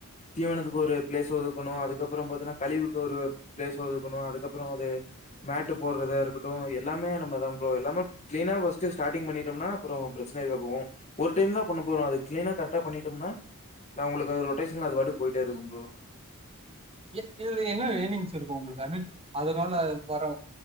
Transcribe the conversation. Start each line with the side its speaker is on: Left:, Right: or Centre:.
Left: தீவனத்துக்கு ஒரு பிளேஸ் ஒதுக்கணு அதுக்கப்றோ பாத்தினா கழிவுக்கு ஒரு பிளேஸ் ஒதுக்கணு அதுக்கப்புறோ அது மேட்டு போடுறதா இருக்கட்டும் எல்லாமே நம்ம தா ப்ரோ எல்லாமே க்ளீனா ஃபஸ்ட் ஸ்டாட்டிங் பண்ணிட்டோம்னா அப்றோ பிரச்சனைக்கபோவு ஒரு டைம் தா பண்ண போறோ அத கிளீனா கரெக்டா பண்ணி எப்நா நா உங்களுக்கு ரொட்டேஷன் அது பாட் போயிட்டே இருக்கு ப்ரோ
Right: எ இது என்ன எனிங்ஸ் இருக்கு உங்களுக்கு ஐ மீன் அதனால வர